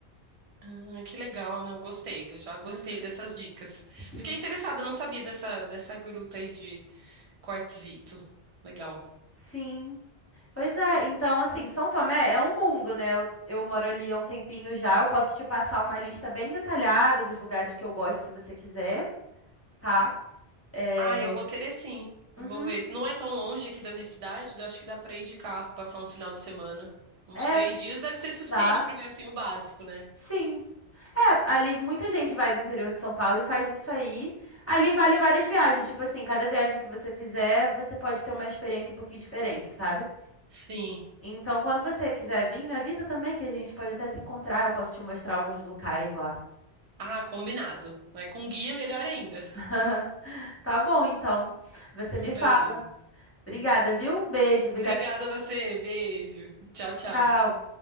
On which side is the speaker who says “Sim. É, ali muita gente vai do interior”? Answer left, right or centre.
Left